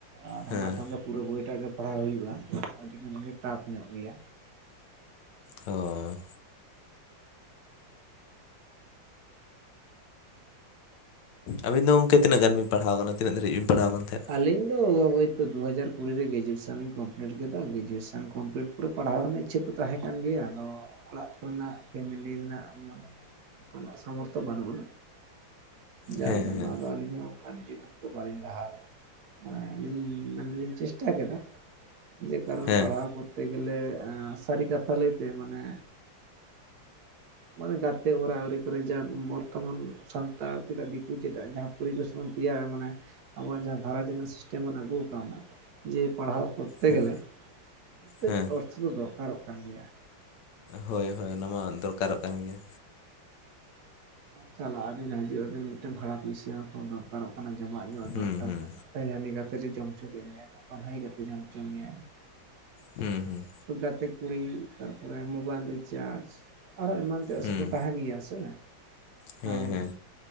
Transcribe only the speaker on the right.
ᱟᱨ
ᱚᱱᱟ ᱠᱷᱟᱱ ᱫᱚ ᱯᱩᱨᱟᱹ ᱵᱚᱭᱴᱟᱜ ᱜᱮ ᱯᱟᱲᱦᱟᱣ ᱦᱩᱭᱩᱜᱼᱟ ᱟᱹᱰᱤ ᱜᱟᱱ ᱜᱮ ᱴᱟᱯ ᱧᱚᱜ ᱜᱮᱭᱟ᱾
ᱟᱞᱤᱧ ᱫᱚ ᱦᱚᱭᱛᱚ ᱫᱩᱦᱟᱡᱟᱨ ᱠᱩᱲᱤ ᱨᱮ ᱜᱨᱮᱡᱩᱭᱮᱥᱚᱱ ᱞᱤᱧ ᱠᱚᱢᱯᱞᱤᱴ ᱠᱮᱫᱟ ᱜᱨᱮᱡᱩᱭᱮᱥᱚᱱ ᱠᱚᱢᱯᱞᱤᱴ᱾ ᱯᱩᱨᱟᱹ ᱯᱟᱲᱦᱟᱣ ᱨᱮᱱᱟᱜ ᱤᱪᱪᱷᱟᱹ ᱫᱚ ᱛᱟᱦᱮᱸ ᱠᱟᱱ ᱜᱮᱭᱟ ᱟᱫᱚ ᱚᱲᱟᱜ ᱠᱚᱨᱮᱱᱟᱜ ᱯᱷᱮᱢᱮᱞᱤ ᱨᱮᱱᱟᱜ ᱢᱟᱱᱮ ᱚᱱᱠᱟᱱᱟᱜ ᱥᱟᱢᱚᱨᱛᱷᱚ ᱵᱟᱹᱱᱩᱜ ᱟᱱᱟ ᱡᱟᱨ
ᱡᱚᱱᱱᱚ
ᱟᱫᱚ ᱟᱹᱞᱤᱧ ᱦᱚᱸ ᱚᱱᱠᱟ ᱱᱤᱡᱮ ᱫᱚ ᱵᱟᱹᱞᱤᱧ ᱞᱟᱦᱟ ᱞᱮᱱᱟ᱾ ᱟᱹᱞᱤᱧ ᱢᱟᱱᱮᱮᱞᱤᱧ ᱪᱮᱥᱴᱟ ᱠᱮᱫᱟ ᱡᱮ ᱠᱟᱨᱚᱱ
ᱯᱟᱲᱦᱟᱣ ᱠᱚ ᱛᱮ ᱜᱮᱞᱮ ᱥᱟᱹᱨᱤ ᱠᱟᱛᱷᱟ ᱞᱟᱹᱭᱛᱮ ᱢᱟᱱᱮ᱾ ᱢᱟᱱᱮ ᱜᱟᱛᱮ ᱚᱨᱟ ᱟᱹᱣᱨᱤ ᱠᱚᱨᱮ ᱡᱟ ᱵᱚᱨᱛᱚᱢᱟᱱ ᱥᱟᱱᱛᱟᱲ ᱪᱮᱫᱟᱜ ᱫᱤᱠᱩ ᱪᱮᱫᱟᱜ ᱡᱟᱦᱟᱸ᱾ ᱯᱚᱨᱤᱵᱮᱥ ᱰᱚᱱ ᱛᱮᱭᱟᱨᱟ ᱢᱟᱱᱮ ᱟᱵᱚᱣᱟᱜ ᱡᱟᱦᱟᱸ᱾ ᱟᱨᱦᱚ ᱡᱮᱢᱚᱱ ᱥᱤᱥᱴᱮᱢ ᱵᱚᱱ ᱟᱹᱜᱩ ᱠᱟᱣᱱᱟ ᱡᱮ ᱯᱟᱲᱦᱟᱣ ᱠᱚᱨᱛᱮ
ᱜᱮᱞᱮ ᱠᱟᱹᱡ
ᱚ ᱚᱛᱷᱚᱵᱟ ᱫᱚᱨᱠᱟᱨᱚᱜ ᱠᱟᱱ ᱜᱮᱭᱟ
ᱪᱟᱞᱟᱜ ᱟᱹᱵᱤᱱ ᱦᱤᱡᱩᱜ ᱟᱹᱵᱤᱱ ᱢᱤᱫᱴᱮᱱ ᱵᱷᱟᱲᱟ ᱯᱩᱭᱥᱟᱹ ᱦᱚᱸ ᱛᱚ ᱫᱚᱨᱠᱟᱨᱚᱜ ᱠᱟᱱᱟ ᱡᱚᱢᱟᱜ ᱧᱩᱣᱟᱜ
ᱫᱚᱨᱠᱟᱨ
ᱠᱟᱱᱟ᱾ ᱛᱮᱦᱮᱧ ᱦᱟᱹᱱᱤ ᱜᱟᱛᱮ ᱨᱮ ᱡᱚᱢ ᱦᱚᱪᱚ ᱠᱮᱫ ᱢᱮᱭᱟᱭ ᱜᱟᱯᱟ ᱦᱟᱱᱤ ᱜᱟᱛᱮ ᱡᱚᱢ ᱦᱚᱪᱚ ᱢᱮᱭᱟᱭ
ᱜᱟᱛᱮ ᱠᱩᱲᱤ ᱛᱟᱨᱯᱚᱨᱮ ᱢᱳᱚᱵᱟᱭᱤᱞ ᱨᱤᱪᱟᱨᱡᱽ᱾ ᱟᱨᱚ ᱮᱢᱟᱱ ᱛᱮᱭᱟᱜ
ᱥᱮᱠᱚ ᱛᱟᱦᱮᱱ ᱜᱮᱭᱟ ᱥᱮ
ᱠᱟᱨᱚᱱ᱾